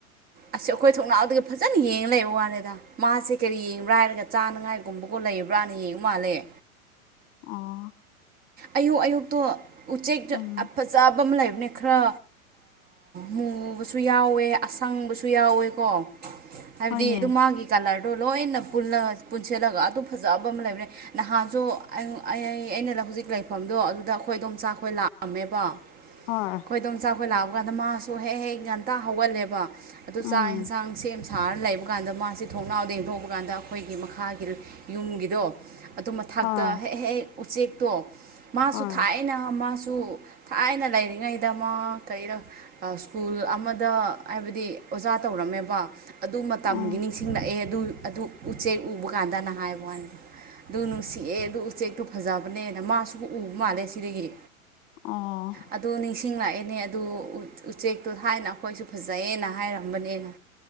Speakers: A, on the right (about 20°); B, on the left (about 35°).
A: ꯑꯁ ꯑꯩꯈꯣꯏ ꯊꯣꯡꯅꯥꯎꯗꯒ ꯐꯖꯅ ꯌꯦꯡꯉ ꯂꯩꯕ ꯋꯥꯅꯤꯗ ꯃꯥꯁꯦ ꯀꯔꯤ ꯌꯦꯡꯕ꯭ꯔꯥ ꯍꯥꯏꯔꯒ ꯆꯥꯅꯉꯥꯏꯒꯨꯝꯕꯀ ꯂꯩ ꯂꯩꯕ꯭ꫪꯥꯅ ꯌ‌ꯦꯡꯕ ꯃꯥꯜꯂ‌ꯦ
B: ꯑꫭ
A: ꯑꯌꯨꯛ ꯑꯌꯨꯛꯇꯣ ꯎꯆꯦꯛ
B: ꯎꯝ
A: ꯑ ꯐꯖꯥꯕ ꯃꯥ ꯂꯩꯕ ꯑꯗꯨꯅꯤ ꯈꯔ ꯃꯨꯕꯁꯨ ꯌꯥꯎꯋꯦ ꯑꯁꯪꯕꯁꯨ ꯌꯥꯎꯋꯦꯀꯣ ꯍꯥꯏꯕꯗꯤ
B: ꯍꯣꯏꯅꯦ
A: ꯑꯗꯨ ꯃꯥꯒꯤ ꯀꯂꯔꯗ ꯑꯗꯨ ꯂꯣꯏꯅ ꯄꯨꯟꯁꯤꯜꯂꯒ ꯑꯗꯨ ꯐꯖꯕ ꯑꯃ ꯂꯩꯕꯅꯦ ꯅꯍꯥꯟꯁꯨ ꯑꯩ ꯑꯩꯅ ꯍꯧꯖꯤꯛ ꯃꯐꯝꯗꯣ ꯑꯗꯨꯗ ꯑꯩꯈꯣꯏ ꯑꯗꯣꯝ ꯆꯥꯛꯈꯣꯏ ꯂꯥꯛꯑꯝꯃꯦꯕ ꯑꯩꯈꯣꯏꯗꯣꯝ
B: ꯍꯣꯏ
A: ꯆꯥꯛ ꯑꯩꯈꯣꯏ ꯂꯥꯛꯑꯄ ꯀꯥꯟꯗ ꯃꯥꯁꯨ ꯍꯦꯛ ꯍꯦꯛ ꯉꯟꯇꯥ ꯍꯧꯒꯜꯂꯦꯕ ꯑꯗꯨ
B: ꯎꯝ
A: ꯆꯥꯛ ꯌꯦꯟꯁꯥꯡ ꯁꯦꯝ ꯊꯔ ꯂꯩꯕ ꯀꯥꯟꯗ ꯃꯥꯁꯤꯦ ꯊꯣꯡꯅꯥꯎꯗ ꯌꯦꯟꯊꯣꯛꯄ ꯀꯥꯟꯗ ꯑꯩꯈꯣꯏꯒꯤ ꯃꯈꯥꯒꯤ ꯌꯨꯝꯒꯤꯗꯣ ꯑꯗꯨ ꯃꯊꯛꯇ
B: ꯍꯣꯏ
A: ꯍꯦꯛ ꯍꯦꯛ ꯍꯦꯛ ꯎꯆꯦꯛꯇꯣ ꯃꯥꯁꯨ
B: ꯍꯣꯏ
A: ꯊꯥꯏꯅ ꯃꯥꯁꯨ ꯑꯥꯏꯅ ꯂꯩꯔꯤꯉꯩꯗ ꯃꯥ ꯀꯩ ꯁ꯭ꯀꯨꯜ ꯑꯃꯗ ꯍꯥꯏꯕꯗꯤ ꯑꯣꯖꯥ ꯇꯧꯔꯝꯃꯦꯕ ꯑꯗꯨ ꯃꯇꯝꯒꯤ
B: ꯎꯝ
A: ꯅꯤꯡꯁꯤꯡꯂꯛꯑꯦ ꯑꯗꯨ ꯑꯗꯨ ꯎ ꯎꯆꯦꯛ ꯎꯕ ꯀꯥꯟꯗꯅ ꯍꯥꯏꯕ ꯋꯥ ꯍꯥꯏꯗ ꯑꯗꯨ ꯅꯨꯡꯁꯤꯑꯦ ꯑꯗꯨ ꯎꯆꯦꯛꯇꯨ ꯐꯖꯕꯅꯦꯅ ꯃꯥꯁꯨ ꯎꯕ ꯃꯥꯜꯂꯦ ꯁꯤꯗꯒꯤ
B: ꯑꯣ
A: ꯑꯗꯣ ꯅꯤꯡꯁꯤꯡꯂꯛꯑꯦ ꯅꯦ ꯑꯗꯨ ꯎꯆꯦꯛꯇꯣ ꯊꯥꯏꯅ ꯑꯩꯈꯣꯏꯁꯨ ꯐꯖꯩꯑꯅ ꯍꯥꯏꯔꯝꯕꯅꯤꯅ